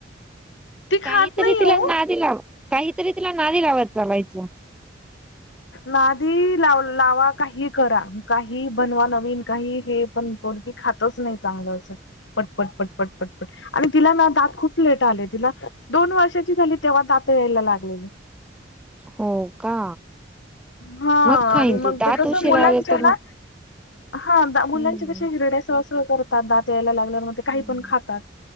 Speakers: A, on the left; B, in the centre.
A: ती खात
B: काहीतरी
A: नाही
B: तिला
A: हो
B: नादि लावायच काहीतरी तिला ना दिलावत चालायचं
A: नाधी लाव लावा काही करा काही बनवा नवीन काही हे पण पोरगी खातच नाही चांगलं असं पटपट पटपट पटपट आणि तिला ना दात खूप लेट आले तिला दोन वर्षाची झाली तेव्हा दात यायला लागलेली.
B: हो का
A: हा
B: मग खाईन
A: आणि
B: ती
A: मग
B: दात
A: ते कस
B: उशीरा
A: मुलांच्या
B: आले तर
A: ना
B: मग
A: हा मुलांच्या
B: हम्म
A: कशी हिरड्याच करतात दात यायला लागल्या म काही
B: हम्म
A: पण खातात